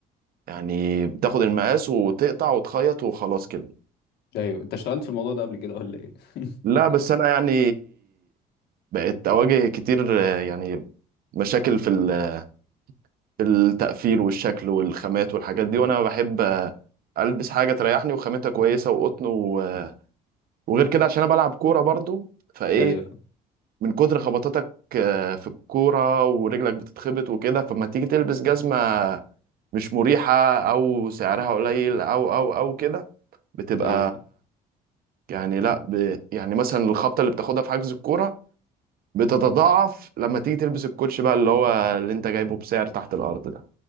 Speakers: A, on the right; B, on the left.
A: يعني بتاخد المقاس وتقطع وتخيط وخلاص كده
B: ايوه انت اشتغلت في الموضوع ده قبل كده ولا ايه <laughs>
A: لا بس أنا يعني بقيت أواجه كتير آه، يعني مشاكل في ال- في التقفيل والشكل والخامات والحاجات دي
B: مم.
A: وأنا بحب آه، ألبس حاجة تريحني وخامتها كويسة وقطن و- وغير كده عشان أنا بلعب كورة برضو فإيه
B: ده ايوه فاهم
A: من كتر خبطاتك آه، في الكورة ورجلك بتتخبط وكده فما تيجي تلبس جزمة مش مريحة أو سعرها قليل أو أو أو كده بتبقى
B: ايوه فاهم
A: يعني لا ب... يعني مثلا الخبطة اللي بتاخدها في حجز الكورة بتتضاعف لما تيجي تلبس الكوتش بقى اللي هو اللي انت جايبه بسعر تحت الأرض ده